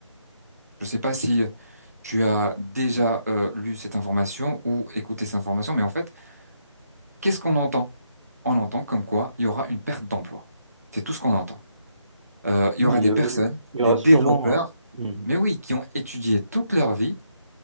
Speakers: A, on the right; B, on the right.
A: Je ne sais pas si tu as déjà euh, lu cette information ou écouté cette information, mais en fait, Qu'est-ce qu'on entend? On entend comme quoi il y aura une perte d'emploi. C'est tout ce qu'on entend. Euh, il
B: Oui,
A: y aura des
B: euh,
A: personnes,
B: il y
A: des
B: aura
A: développeurs,
B: sûrement... euh, hmm,
A: mais oui, qui ont étudié toute leur vie,